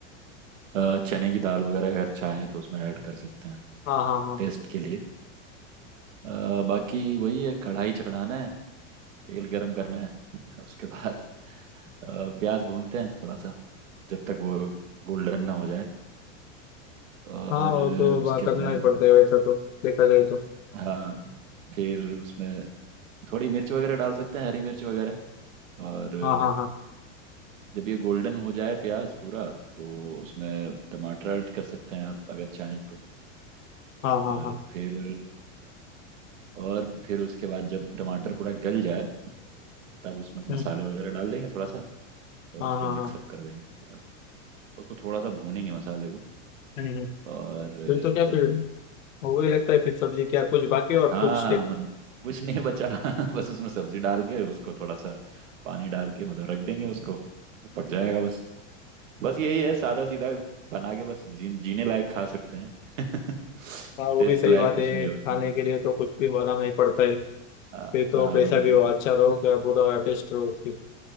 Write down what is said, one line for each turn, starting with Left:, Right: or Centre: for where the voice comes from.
Right: अ, चने की दाल वगैरह अगर चाहे तो उसमें ऐड कर सकते हैं
Left: हाँ हाँ हाँ हाँ
Right: टेस्ट के लिए अ, बाकी वही है कढ़ाई चढ़ाना है तेल गरम करना है उसके बाद अ, प्याज भूनते हैं थोड़ा सा जब तक वो गोल्डन ना हो जाए और
Left: हाँ वो तो
Right: उसके
Left: बा- करना
Right: बाद
Left: ही पड़ता है वैसा तो देखा जाए तो
Right: हाँ फिर उसमें थोड़ी मिर्च वगैरह डाल सकते हैं हरी मिर्च वगैरह और
Left: हाँ हाँ हाँ
Right: जब ये गोल्डन हो जाए प्याज पूरा तो उसमें टमाटर ऐड कर सकते हैं आप अगर चाहें तो
Left: हाँ हाँ
Right: और
Left: हाँ
Right: फिर और फिर उसके बाद जब टमाटर पूरा गल जाए तब उसमें मसाले
Left: हम्म,
Right: वगैरह डाल देंगे थोड़ा सा और
Left: हाँ
Right: उसको
Left: हाँ
Right: मिक्सअप
Left: हाँ
Right: कर देंगे पूरा उसको थोड़ा सा भूनेंगे मसाले को
Left: हम्म हम्म।
Right: और अ,
Left: फिर तो क्या
Right: जब
Left: फिर वही लगता है फिर सब्जी क्या कुछ बाकी और
Right: हाँ
Left: कुछ
Right: मतलब कुछ नहीं बचा <laughs> बस उसमें सब्जी डाल के उसको थोड़ा सा पानी डाल के मतलब रख देंगे उसको वो पक जाएगा बस बस यही है सादा सीधा बना के बस जी, जीने लायक खा सकते हैं <laughs>
Left: हाँ वो
Right: टेस्ट
Left: भी सही
Right: लायक
Left: बात
Right: कुछ
Left: है
Right: नहीं है
Left: खाने
Right: उसमें
Left: के लिए तो कुछ भी बनाना ही पड़ता है
Right: हाँ
Left: फिर तो
Right: हाँ,
Left: कैसा
Right: मतलब
Left: भी हो अच्छा रहो क्या बुरा टेस्ट रहो उसकी